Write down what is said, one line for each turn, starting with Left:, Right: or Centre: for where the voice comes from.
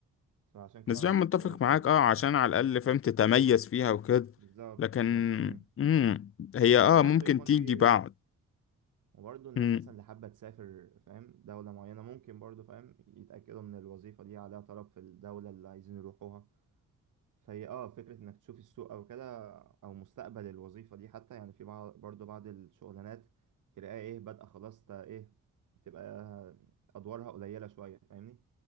Right: فعشان كده
Left: نسبيا
Right: انا
Left: متفق
Right: كنت بقول الحب
Left: معاك اه عشان على الأقل
Right: مم.
Left: فاهم تتميز فيها وكده
Right: بالظبط
Left: لكن
Right: بالظبط مم.
Left: مم. هي اه
Right: وبرضه
Left: ممكن
Right: يكون
Left: تيجي
Right: في ايه
Left: بعد
Right: وبرضه الناس
Left: مم.
Right: مثلا اللي حابة تسافر فاهم دولة معينة ممكن برضه فاهم يتأكدوا ان الوظيفة دي عليها طلب في الدولة اللي عايزين يروحوها فهي اه فكرة انك تشوف السوق او كده او مستقبل الوظيفة دي حتى يعني في بعض برضو بعض الشغلانات تلاقيها ايه بادئة خلاص تا ايه تبقى ادوارها قليلة شوية فاهمني